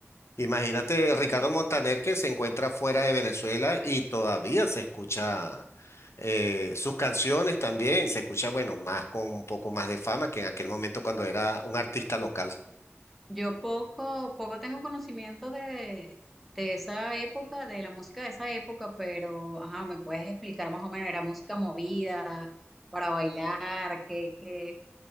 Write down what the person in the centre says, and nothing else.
No.
Yo poco, poco tengo conocimiento de, de esa época, de la música de esa época, pero ajá, ¿me puedes explicar más o menos? ¿Era música movida para bailar? qué qué.